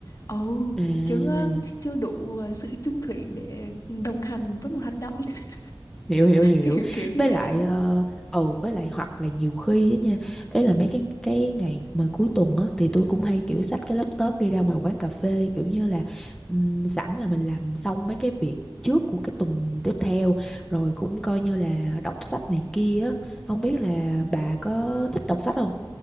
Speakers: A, on the left; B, in the centre.
A: ồ
B: à
A: chứ ừm, chưa đủ ờ, sự chung thủy để đồng hành với một hoạt động <laughs>
B: hiểu hiểu hiểu
A: kiểu kiểu như
B: với
A: vậy
B: lại
A: đó
B: ờ, ừ với lại hoặc là nhiều khi á nha ấy là mấy cái cái ngày mà cuối tuần á thì tôi cũng hay kiểu xách cái laptop đi ra ngoài quán cà phê kiểu như là ừm, sẵn là mình làm xong mấy cái việc trước của cái tuần tiếp theo rồi cũng coi như là đọc sách này kia á không biết là bà có thích đọc sách không